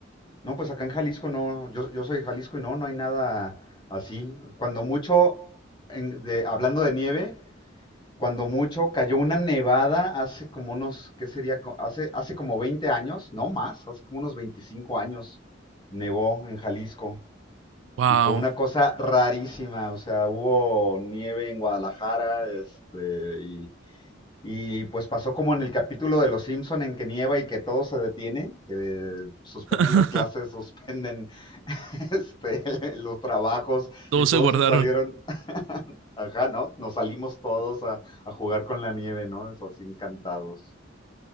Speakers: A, on the left; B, on the right.
A: No, pues acá en Jalisco no, yo, yo soy de Jalisco y no, no hay nada así. Cuando mucho, en- de- hablando de nieve, cuando mucho cayó una nevada hace como unos, ¿qué sería? Co- Hace, hace como 20 años, no más, hace como unos 25 años nevó en Jalisco.
B: Wow.
A: Y fue una cosa rarísima, o sea, hubo nieve en Guadalajara, este, y y pues pasó como en el capítulo de Los Simpson en que nieva y que todo se detiene, que suspenden
B: <laughs>
A: las clases, suspenden <laughs> este, los trabajos
B: Todos
A: y todos
B: se guardaron.
A: se salieron, <laughs> ajá, ¿no? Nos salimos todos a, a jugar con la nieve, ¿no? Eso así encantados.